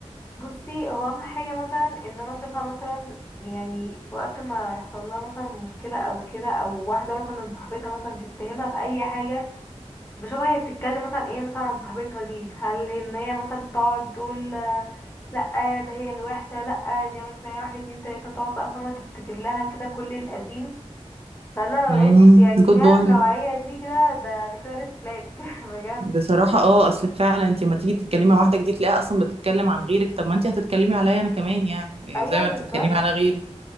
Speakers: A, on the left; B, on the right.
A: بصي هو اهم حاجة مثلا ان انا اشوفها مثلا يعني وقت ما يحصل لها مثلا مشكلة او كده او واحدة مثلا من صاحبتها مثلا تتهمها بأي حاجة بشوفها هي بتتكلم مثلا ايه مثلا عن صاحبتها دي هل ان هي مثلا بتقعد تقول آه، لا ده هي الوحشة لا دي عملت معايا واحد اتنين تلاتة تقعد بقى فما تفتكر لها كده كل القديم فانا لو
B: امم
A: لقيت يعني
B: جود
A: فيها
B: بوينت
A: النوعية دي كده ده ده كده ريد فلاج <laughs> بجد
B: بصراحة اه اصل فعلا انت لما تيجي تتكلمي مع واحدة جديد تلاقيها اصلا بتتكلم عن غيرك طب ما انت هتتكلمي عليا انا كمان يعني يعني
A: ايوه
B: زي ما
A: بالظبط
B: بتتكلمي على غيري